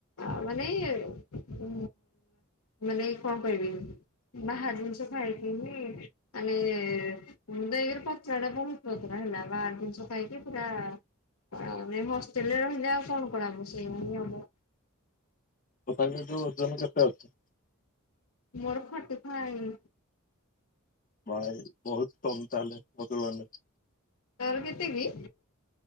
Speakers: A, on the left (about 85°); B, on the left (about 40°).
A: ଆ ମାନେ ଉ ମାନେ କଣ କରିବି? ବାହାର ଜିନିଷ ଖାଇକି ହି ଆମେ ମୁଁ ଦେଇକରି ପତ୍ର ଟା ବହୁତ ପତରା ହେଲା ବାହାର ଜିନିଷ ଖାଇକି ପୁରା ଆମେ ହ ଷ୍ଟେଲ ରହିଲେ ଆଉ କଣ କରା ହବ? ସେଇଆ ହିଁ ହବ।
B: ତଥାପି ଯୋଉ ଓଜନ କେତେ ଅଛି?
A: ମୋର ଫର୍ଟି ଫାଇପ।
B: ଭାଇ ବହୁତ କମ ତାହେଲେ, ବଦୁବାନେ
A: ତାର କେତେ କି?